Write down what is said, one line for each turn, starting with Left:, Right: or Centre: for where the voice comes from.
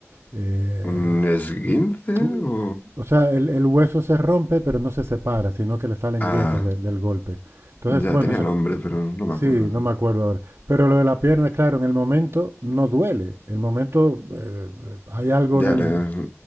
Right: eh,
Left: ¿Un esguince
Right: u-
Left: o...?
Right: o sea, el, el hueso se rompe, pero no se separa, sino que le salen
Left: Ah,
Right: grietas de- del golpe. Entonces,
Left: ya
Right: bueno,
Left: tenía
Right: esa,
Left: nombre, pero no me
Right: Sí,
Left: acuerdo.
Right: no
Left: sí.
Right: me acuerdo ahora. Pero lo de la pierna, claro, en el momento no duele. El momento eh, hay algo
Left: Ya,
Right: en el
Left: la,